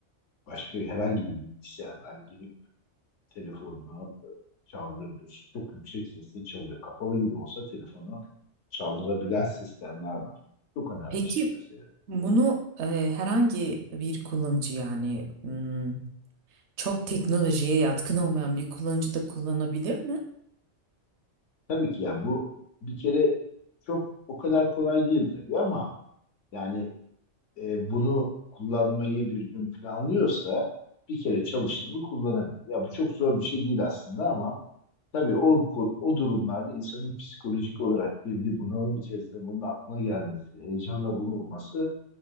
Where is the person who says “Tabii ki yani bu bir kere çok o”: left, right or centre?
Left